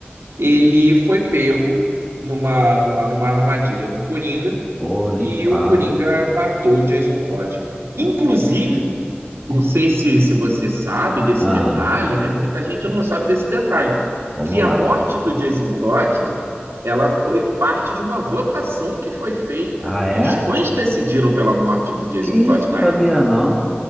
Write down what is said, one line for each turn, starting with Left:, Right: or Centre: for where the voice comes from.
Right: ele foi pego numa, numa, numa armadilha do Coringa
Centre: Pô, nem
Right: e
Centre: falo.
Right: o Coringa matou o Jason Todd. Inclusive, não sei se, se você sabe desse
Centre: Ah,
Right: detalhe, né? Muita gente não sabe desse detalhe,
Centre: vamos
Right: que a
Centre: lá.
Right: morte do Jason Todd, ela foi parte de uma votação que foi feita
Centre: Ah, é?
Right: e os fãs decidiram pela morte do Jason
Centre: Que isso,
Right: Todd na
Centre: sabia
Right: época.
Centre: não?